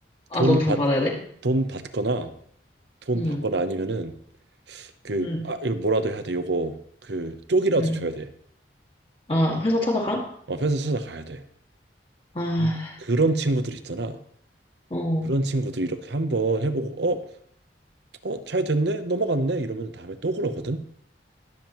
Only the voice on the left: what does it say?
아,
넌 돈
받아야 돼?
응,
응,
응.
아, 회사 찾아가?
아,
어.